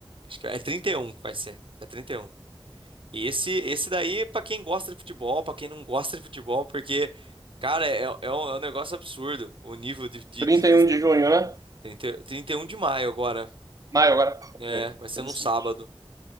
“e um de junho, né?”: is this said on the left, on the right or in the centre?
Right